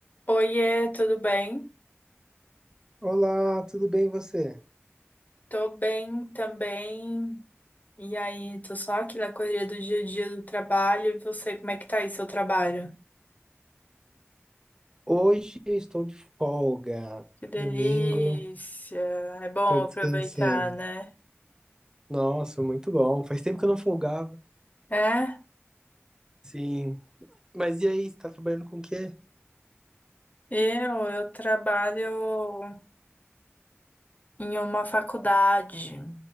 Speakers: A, on the left; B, on the right.
A: Oiê, tudo bem?
B: Olá, tudo bem e você?
A: Tô bem também. E aí, tô só aqui na correria do dia a dia do trabalho. E você, como é que tá aí seu trabalho?
B: Hoje eu estou de folga.
A: Que delícia!
B: Domingo,
A: É bom
B: tô descansando.
A: aproveitar, né?
B: Nossa, muito bom. Faz tempo que eu não folgava.
A: É,
B: Sim. Mas e aí, você tá trabalhando com o quê?
A: eu, eu trabalho em uma faculdade.